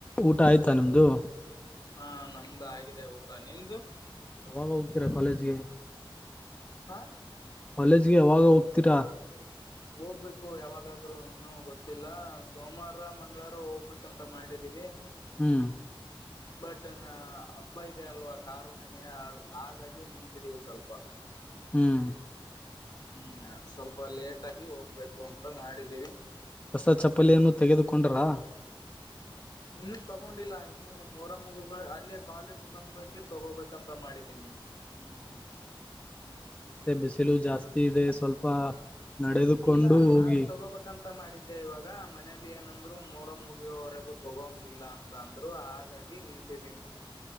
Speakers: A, on the left (about 15°); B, on the left (about 50°).
A: ಊ ಆಯ್ತಾ ನಮ್ದು
B: ಹಾ ನಮ್ದು ಆಗಿದೆ ಊಟ ನಿಮ್ದು
A: ಯಾವಾಗ ಹೋಗ್ತೀರಾ ಕಾಲೇಜ್ಗೆ
B: ಹಾ
A: ಕಾಲೇಜ್ಗೆ ಯಾವಾಗ ಹೋಗ್ತೀರಾ
B: ಹೋಗ್ಬೇಕು ಯಾವಾಗಾದ್ರು ಇನ್ನುೂ ಗೊತ್ತಿಲ್ಲ ಸೋಮವಾರ ಮಂಗ್ಗಳಾರ ಹೋಗ್ಬೇಕಂತ ಮಾಡಿದೀವಿ
A: ಹ್ಮ್
B: ಬಟ್ ನ ಹಬ್ಬ ಇದೆ ಅಲ್ವಾ ಕಾರುಣ್ಣಿಮೆ ಹಾಗಾಗಿ ನಿಂತಿದೀವಿ ಸ್ವಲ್ಪ
A: ಹ್ಮ್
B: ಹ್ಮ್ ಸ್ವಲ್ಪ ಲೇಟ್ ಆಗಿ ಹೋಗ್ಬೇಕು ಅಂತ ಮಾಡಿದ್ದೀವಿ
A: ಹೊಸ ಚಪ್ಪಲಿಯನ್ನು ತೆಗೆದುಕೊಂಡ್ರಾ
B: ಇನ್ನು ತಗೊಂಡಿಲ್ಲ ಇನ್ನು ಮರ ಮುಗ ಅಲ್ಲಿಯ ಕಾಲೇಜ್ ಬಂದಬೇಕೆ ತಗೋಬೇಕಂತ ಮಾಡಿದ್ದೀನಿ
A: ಹ್ಮ್ ಹ್ಮ್ ಮತ್ತೆ ಬಿಸಿಲು ಜಾಸ್ತಿ ಇದೆ ಸ್ವಲ್ಪ ನಡೆದುಕೊಂಡು
B: ಇಲ್ಲ
A: ಹೋಗಿ
B: ನಾನು ತಗೋಬೇಕಂತ ಮಾಡಿದ್ದೆ ಇವಾಗ ಮನಲಿ ಏನು ಂದ್ರು ಮೋರ ಮುಗಿಯವರೆಗೂ ತಗೋಂಗಿಲ್ಲ ಅಂತ ಅಂದ್ರು ಹಾಗಾಗಿ ನಿಂತಿದ್ದೀನಿ